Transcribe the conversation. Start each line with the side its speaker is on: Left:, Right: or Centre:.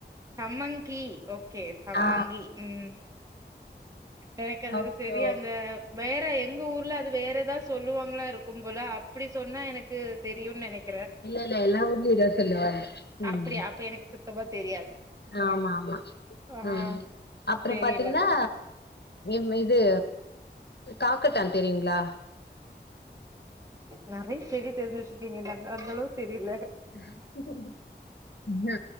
Right: சம்மங்கி ஓகே சம்மங்கி
Left: ஆ
Right: ம் எனக்கு அதுக்கு
Left: அப்றோ
Right: சரியா அந்த வேற எங்க ஊர்ல அது வேற எதா சொ சொல்லுவாங்களா இருக்கும் போல அப்டி சொன்னா எனக்கு தெரியுன் நெனைக்
Left: இல்ல இல்ல எல்லா ஊர்லயு இதா சொல்லுவாங்க ம்
Right: அப்டியா அப்ப எனக்கு சுத்தமா தெரியாது ஆ
Left: ஆமா ஆமா
Right: ஆ
Left: ம் அப்பற
Right: தெரியல
Left: பாத்தீங்கன்னா
Right: அது
Left: எம் இது காக்கட்டான் தெரியுங்களா
Right: நெறைய செடி தெருஞ்சு வச்சுருக்கீங்க கரட்டா அந்த அளவுக்கு தெரில
Left: ம் ம்ஹு